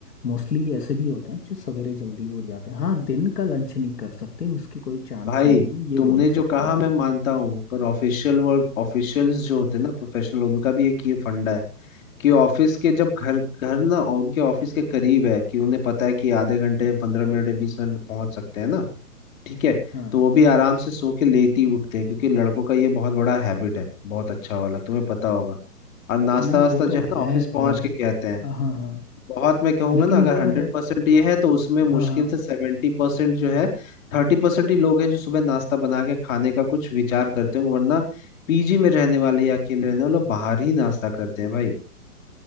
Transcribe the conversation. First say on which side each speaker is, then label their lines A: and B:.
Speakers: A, on the left (about 85°); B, on the left (about 55°).
A: मोस्टली ऐसे भी होते हैं जो सवेरे जल्दी उठ जाते हैं हाँ दिन का लंच नहीं कर सकते उसकी कोई चांस
B: भाई
A: नहीं है ये
B: तुमने
A: बोल सकते
B: जो कहा
A: हो आप
B: मैं मानता हूँ पर ऑफिशियल वर्क ऑफिशियल्स जो होते हैं ना प्रोफेशनल उनका भी एक ये फंडा है कि ऑफिस के जब घर घर ना उनके ऑफिस के करीब है कि उन्हें पता है कि आधे घंटे पंद्रह मिनट बीस मिनट में पहुंच सकते हैं ना ठीक है
A: हाँ
B: तो वो भी आराम से सो के लेट ही उठते हैं क्योंकि लड़कों का ये बहुत बड़ा हैबिट है बहुत अच्छा वाला तुम्हें पता होगा और नाश्ता
A: नहीं
B: वास्ता
A: वो
B: जो
A: तो
B: है ना
A: है
B: ऑफिस
A: भाई
B: पहुंच के कहते हैं
A: हाँ हाँ
B: बहुत मैं कहूंगा
A: लेकिन
B: ना अगर
A: यार
B: हंड्रेड परसेंट ये है तो उसमें मुश्किल
A: हाँ हाँ
B: से सेवेंटी परसेंट जो है थर्टी परसेंट ही लोग हैं जो सुबह नाश्ता बना के खाने का कुछ विचार करते हैं वरना पीजी में रहने वाले या अकेले रहने वाले लोग बाहर ही नाश्ता करते हैं भाई